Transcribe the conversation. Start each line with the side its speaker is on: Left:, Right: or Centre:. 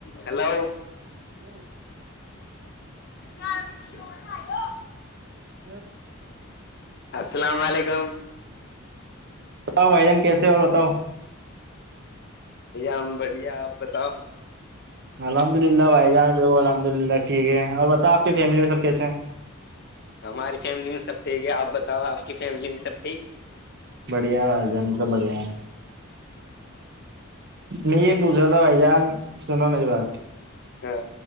Left: hello
Right: hello
Left: ن آ
Right: تو
Left: السلام علیکم
Right: بتاؤ بائی جان کیسے اور بتاؤ
Left: ہم بڑھیا آپ بتاؤ
Right: الحمد للہ بھائی جان بالک الحمد للہ ٹھیک ہے اور بتا آ کی فیملی میں سب کیس ہیں
Left: ہماری فیملی میں سب ٹھیک ہے آپ بتاؤ آپ کی فیملی میں سب ٹھیک
Right: بڑھیا ہے آواز ہے ہم سب بڑھیا ہے نہیں یہ پوچھ رہا تھا بھائی جان سنو میری بات
Left: ہاں